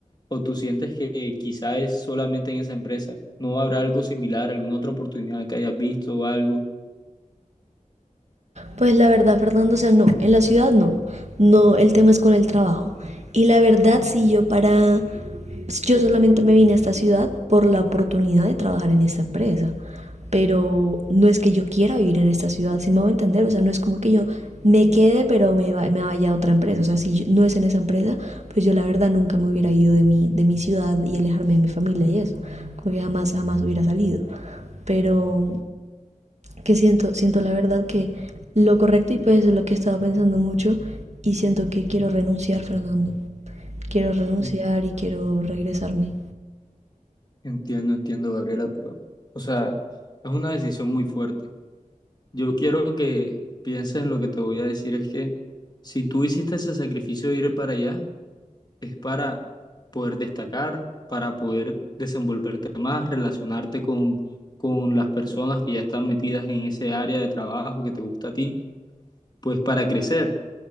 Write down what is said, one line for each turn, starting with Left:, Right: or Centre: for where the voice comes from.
Left: o tú sientes que quizá es solamente en esa empresa? ¿No habrá algo similar, alguna otra oportunidad que hayas visto o algo?
Right: Pues la verdad, Fernando, o sea, no, en la ciudad no. No, el tema es con el trabajo. Y la verdad, si yo para... pues, Yo solamente me vine a esta ciudad por la oportunidad de trabajar en esta empresa. Pero no es que yo quiera vivir en esta ciudad, si me voy a entender. O sea, no es como que yo me quede, pero me, va- me vaya a otra empresa. O sea, si yo- no es en esa empresa, pues yo la verdad nunca me hubiera ido de mi, de mi ciudad y alejarme de mi familia y eso. Como que jamás, jamás hubiera salido. Pero que siento, siento la verdad que lo correcto y pues eso es lo que he estado pensando mucho y siento que quiero renunciar, Fernando. Quiero renunciar
Left: Mm.
Right: y quiero regresarme.
Left: Entiendo, entiendo, Gabriela, pero, o sea, es una decisión muy fuerte. Yo quiero que pienses en lo que te voy a decir, es que si tú hiciste ese sacrificio de ir para allá, es para poder destacar, para poder desenvolverte más, relacionarte con, con las personas que ya están metidas en ese área de trabajo que te gusta a ti, pues para crecer.